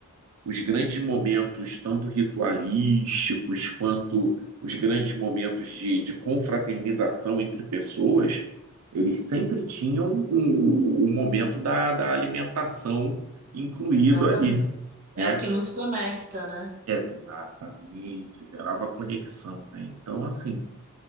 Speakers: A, on the right; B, on the right.
A: os grandes momentos, tanto ritualísticos quanto os grandes momentos de, de confraternização entre pessoas, eles sempre tinham o, o momento da, da alimentação incluído
B: Exatamente.
A: ali,
B: É
A: né?
B: o que nos conecta, né?
A: Exatamente, gerava conexão, né? Então, assim,